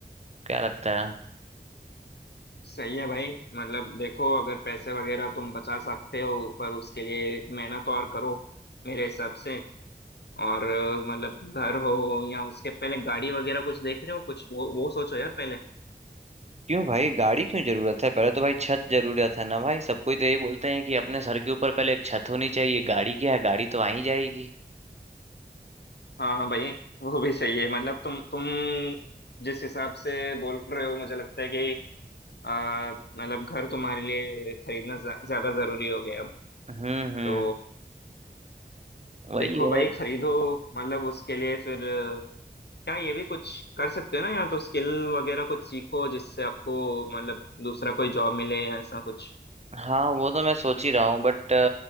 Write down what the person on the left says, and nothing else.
सही है भाई मतलब देखो अगर पैसे वगैरह तुम बचा सकते हो पर उसके लिए मेहनत और करो मेरे हिसाब से और अ, मतलब घर हो या उसके पहले गाड़ी वगैरह कुछ देख रहे हो कुछ वो वो सोचो यार पहले
हाँ हाँ भाई वो भी सही है मतलब तुम तुम जिस हिसाब से बोल रहे हो मुझे लगता है कि आ, मतलब घर तुम्हारे लिए खरीदना ज्या- ज्यादा जरूरी हो गया अब
तो
देखो
भाई खरीदो मतलब उसके लिए फिर क्या ये भी कुछ कर सकते हो ना या तो स्किल वगैरह कुछ सीखो जिससे आपको मतलब दूसरा कोई जॉब मिले या ऐसा कुछ